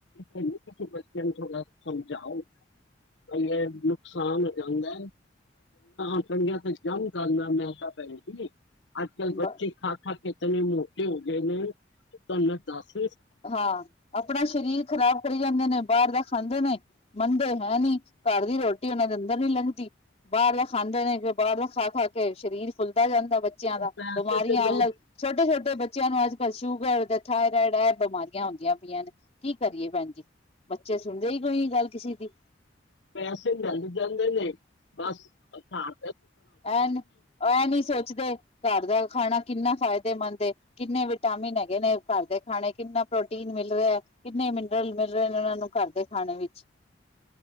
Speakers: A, on the left; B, on the left.
A: ਤੁਸੀਂ ਬੱਚੇ ਨੂੰ ਥੋੜ੍ਹਾ ਸਮਝਾਓ, ਬਈ ਇਹ ਨੁਕਸਾਨ ਹੋ ਜਾਂਦਾ ਹਟਣੀਆਂ ਤੇ ਜੰਮ ਕਰਨਾ ਮੈਂ ਤਾਂ ਭੈ ਜ ਆਜ- ਕੱਲ ਬੱਚੇ
B: ਬ
A: ਖਾ ਖਾ ਕੇਤਨ ਮੋਟੇ ਹੋ ਗਏ ਨੇ ਧੰਨ ਤਾਂ <inaudible>
B: ਹਾਂ, ਆਪਣਾ ਸਰੀਰ ਖ਼ਰਾਬ ਕਰੀ ਜਾਂਦੇ ਨੇ ਬਾਹਰ ਦਾ ਖਾਂਦੇ ਨੇ, ਮੰਨਦੇ ਹੈ ਨੀ ਘਰ ਦੀ ਰੋਟੀ ਉਹਨਾਂ ਦੇ ਅੰਦਰ ਨੀ ਲੰਘਦੀ। ਬਾਰਲਾ ਖਾਂਦੇ ਨੇ ਕਿਓਂ ਬਾਰਲਾ ਖਾ -ਖਾ ਕੇ, ਸਰੀਰ ਫੁੱਲਦਾ ਜਾਂਦਾ। ਬੱਚਿਆਂ
A: ਉਹ
B: ਦਾ,
A: ਪੈਸੇ
B: ਬਿਮਾਰੀਆਂ
A: ਤੇ
B: ਅਲੱਗ
A: ਮੈਂ
B: ਛੋਟੇ -ਛੋਟੇ ਬੱਚਿਆਂ ਨੂੰ ਅੱਜ ਸ਼ੂਗਰ ਤੇ ਥਾਏਰਡ ਐ ਬਿਮਾਰੀਆਂ ਹੁੰਦੀਆਂ ਪਈਆਂ ਨੇ, ਕੀ ਕਰੀਏ ਭੈਣ ਜੀ ਬੱਚੇ ਸੁਣਦੇ ਈ ਕੋਈ ਨੀ ਗੱਲ ਕਿਸੀ ਦੀ।
A: ਪੈਸੇ ਲੈ ਜਾਂਦੇ ਨੇ ਬਸ ਅ ਘਾਰ
B: ਐਨੀ ਐ ਨਈ ਸੋਚਦੇ ਘਰ ਦਾ ਖਾਣਾ ਕਿੰਨਾ ਫਾਇਦੇਮੰਦ ਏ, ਕਿੰਨੇ ਵਿਟਾਮਿਨ ਹੈਗੇ ਨੇ ਘਰ ਦੇ ਖਾਣੇ ਕਿੰਨਾ ਪ੍ਰੋਟੀਨ ਮਿਲ ਰਿਐ, ਕਿੰਨੇ ਮਿਨਰਲ ਮਿਲ ਰੇ ਨੇ ਔਨਾਂ ਨੂੰ ਘਰ ਦੇ ਖਾਣੇ ਵਿੱਚ।